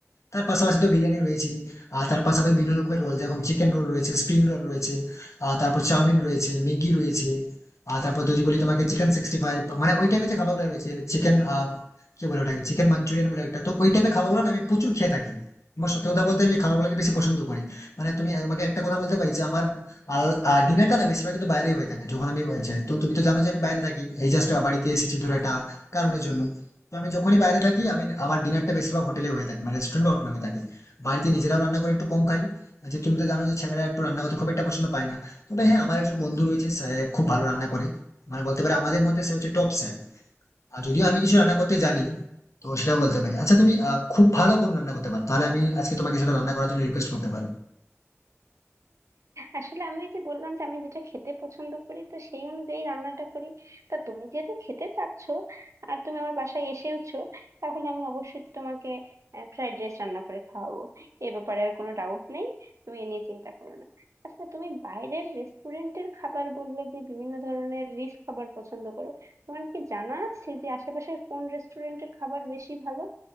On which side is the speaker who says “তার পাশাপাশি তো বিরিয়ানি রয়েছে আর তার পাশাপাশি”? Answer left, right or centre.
Left